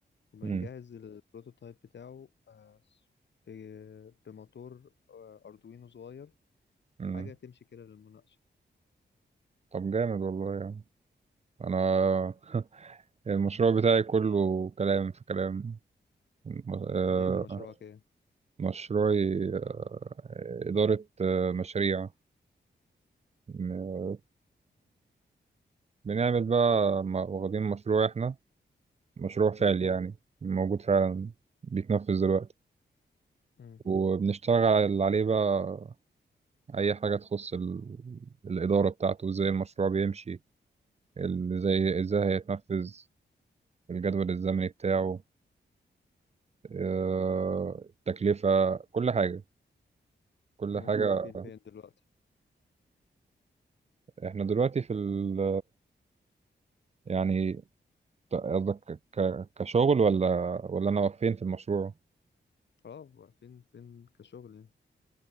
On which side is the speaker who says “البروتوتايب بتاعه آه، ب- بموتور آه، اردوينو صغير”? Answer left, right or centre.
Left